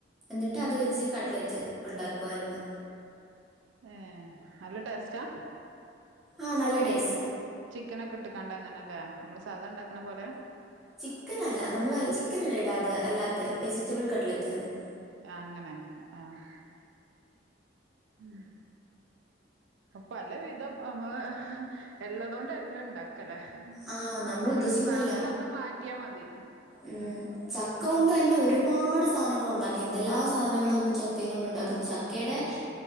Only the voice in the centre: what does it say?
എന്നിട്ട് അത് വെച്ച് കട്ട്ലെറ്റ് ഉണ്ടാക്കുവാര്ന്നു
ആഹ് നല്ല ടേസ്റ്റാ
ചിക്കൻ അല്ല നമ്മൾ ചിക്കൻ ഇടാതെ അല്ലാത്ത വെജിറ്റബിൾ കട്ട്ലെറ്റായിരുന്നു
ആ നമ്മൾ
ഉദ്ദേശിക്കുന്നതല്ല.
ഉം ചക്ക കൊണ്ട് തന്നെ ഒരുപാട് സാധനങ്ങൾ ഉണ്ടാക്കി എന്തെല്ലാ സാധനങ്ങളും നമ്മള് ചക്കയും കൊണ്ട് ഉണ്ടാക്കുന്നു ച ചക്കെടെ